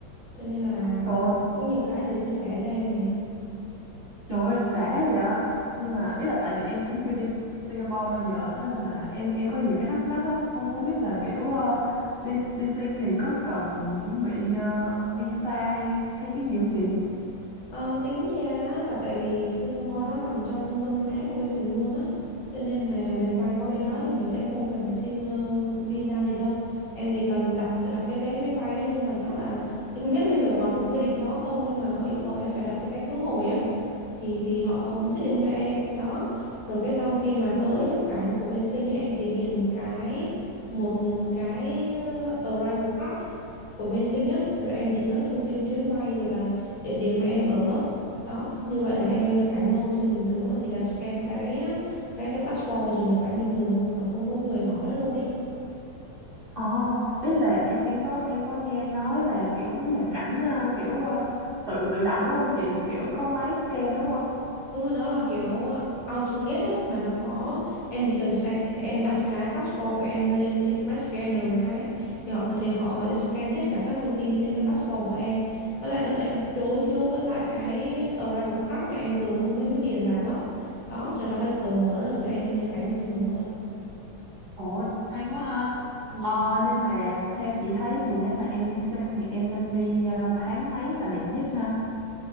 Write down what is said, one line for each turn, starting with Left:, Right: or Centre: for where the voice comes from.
Left: cho nên là
Right: Trời ơi,
Left: có nhiều cái để chia sẻ cho em nè
Right: trời ơi, đã vậy. Nhưng mà ý là tại vì em cũng chưa đi Singapore bao giờ đó nên là em em có nhiều cái thắc mắc lắm, không không biết là kiểu ờ, đi đi Sing thì có cần chuẩn bị ờ, visa hay hay cái gì không chị?
Left: Ờ, tính ra á, là tại vì Singapore nó nằm trong Đông Nam Á của bên mình luôn á cho nên là mình bay qua bên đó thì mình sẽ không cần phải xin ờ, visa gì đâu em chỉ cần đặt đặt cái vé máy bay á nhưng mà chắc là chị không biết bây giờ còn có quy định đó không nhưng mà họ yêu cầu em phải đặt cái vé khứ hồi á thì thì họ họ không check in cho em đó rồi cái xong khi mà tới nhập cảnh của bên Sinh á em chỉ điền một cái một một cái ờ, arrival card của bên Sinh á rồi em điền các cái thông tin chuyến bay rồi là địa điểm mà em ở đó như vậy là em em nhập cảnh vô Sinh bình thường á chỉ là scan cái cái cái passport rồi nhập cảnh bình thường luôn còn không có người hỏi luôn ấy
Right: Ờ, ý là em em có em có nghe nói là kiểu nhập cảnh ờ, kiểu ờ, tự tự động đúng không chị? Kiểu có máy scan đúng không?
Left: Đúng rồi, nó là kiểu AutoGate á, mà nó có em chỉ cần scan, em đặt cái passport của em lên trên cái máy scanner cái thì họ thì họ họ sẽ scan hết cả các thông tin trên cái passport của em. Với lại nó sẽ đối chiếu với lại cái arrival card mà em vừa mới mới mới điền vào á. Đó, rồi sau đó cửa mở rồi rồi em, em nhập cảnh bình thường thôi.
Right: Ồ, hay quá ha.
Left: Ừ.
Right: Ờ, nhưng mà theo chị thấy thì nếu mà em đi xuyên thì em nên đi ờ, tháng mấy là đẹp nhất ha?